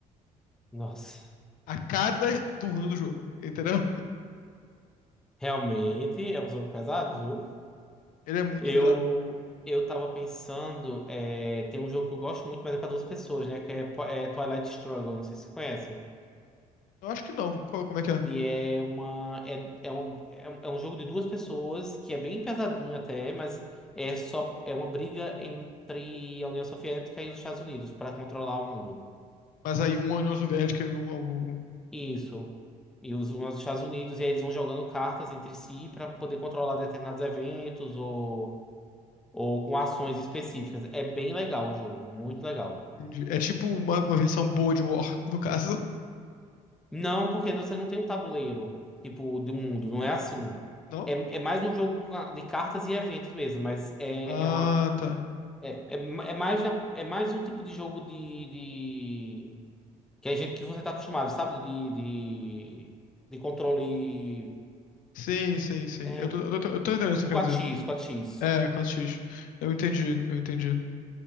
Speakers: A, in the centre; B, on the left.
A: Nossa.
B: A cada turno do jogo, entendeu?
A: Realmente é um jogo pesado, viu?
B: Ele é muito
A: Eu
B: pesado.
A: eu tava pensando, é, tem um jogo que eu gosto muito, mas é pra duas pessoas, né? Que é, Po- é Twilight Struggle, não sei se você conhece.
B: Eu acho que não. Qual- Como é que é?
A: E é uma é, é, uma, é um é um jogo de duas pessoas que é bem pesadinho até, mas é só é uma briga entre a União Soviética e os Estados Unidos pra controlar o mundo.
B: Mas aí um é a União Soviética e um é o.
A: Isso. E os, os Estados Unidos, e aí eles vão jogando cartas entre si pra poder controlar determinados eventos ou ou com ações específicas. É bem legal o jogo, muito legal.
B: Entendi. É tipo uma, uma versão boa de War, <laughs> no caso.
A: Não, porque você não tem um tabuleiro, tipo, do mundo, não é assim.
B: Não?
A: É, é mais um jogo com a- de cartas e eventos mesmo, mas é,
B: Ah,
A: é uma.
B: tá.
A: É, é, ma- é mais na- é mais o tipo de jogo de, de- que a gente que você tá acostumado, sabe? De, de, de controle
B: Sim, sim, sim.
A: é,
B: Eu tô, eu tô, eu tô entendendo
A: tipo
B: o que você quer
A: 4x,
B: dizer.
A: 4x.
B: É, quatro x Eu entendi, eu entendi.